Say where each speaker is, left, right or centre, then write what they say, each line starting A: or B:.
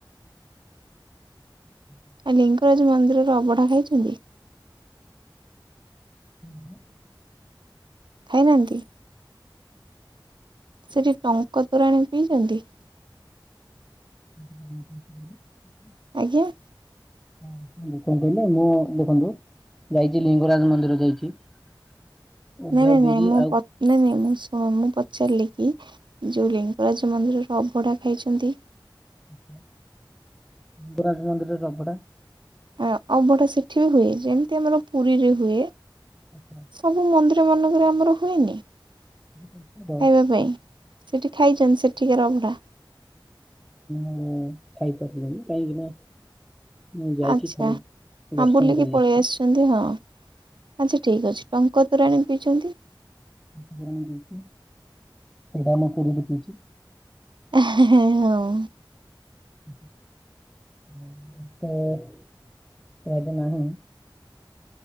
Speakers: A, in the centre; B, on the right.
A: ହୁଁ।
B: ଆ ଲିଙ୍ଗରାଜ ମନ୍ଦିରର ଅବଢା ଖାଇଛନ୍ତି?
A: ଉହୁଁ।
B: ଖାଇନାହାନ୍ତି? ସେଠି ଟଙ୍କ ତୋରାଣୀ ପିଇଛନ୍ତି?
A: <unintelligible>
B: ଆଜ୍ଞା।
A: <unintelligible> କଣ କହିଲେ? ମୁଁ ଦେଖନ୍ତୁ ଯାଇଛି ଲିଙ୍ଗରାଜ ମନ୍ଦିର ଯାଇଛି। <inaudible>
B: ନାଇଁ ନାଇଁ ନାଇଁ ମୁଁ
A: ଆଉ
B: ପ ନାଇଁ ନାଇଁ ମୁଁ ମୁଁ ପଚାରିଲି କି ଯେଉଁ ଲିଙ୍ଗରାଜ ମନ୍ଦିରର ଅଭଢ଼ା ଖାଇଛନ୍ତି?
A: <unintelligible> ଲିଙ୍ଗରାଜ ମନ୍ଦିରରେ ଅଭଢା?
B: ଆଉ ଅବଢ଼ା ସେଠି ବି ହୁଏ। ଯେମିତି ଆମର ପୁରୀରେ ହୁଏ।
A: <unintelligible>
B: ସବୁ ମନ୍ଦିର ମାନଙ୍କରେ ଆମର ହୁଏନି ଖାଇବା
A: ପ୍ରସିଦ୍ଧ
B: ପାଇଁ? ସେଠି ଖାଇଛନ୍ତି ସେଠିକାର ଅଭଡ଼ା?
A: <unintelligible> ଖାଇପାରିଲନି କାହିଁକି ନା ମୁଁ ଯାଇକି
B: ଆଚ୍ଛା।
A: ଖାଲି ଦର୍ଶନ
B: ହଁ ବୁଲିକି
A: କରି
B: ପଳେଇ
A: ଆସିଛି।
B: ଆସିଛନ୍ତି ହଁ ଆଚ୍ଛା ଠିକ୍ ଅଛି। ଟଙ୍କ ତୋରାଣି ପିଇଛନ୍ତି?
A: <unintelligible> କରିକି ପିଇଛି।
B: <unintelligible> ହଁ।
A: <unintelligible> ନାହିଁ।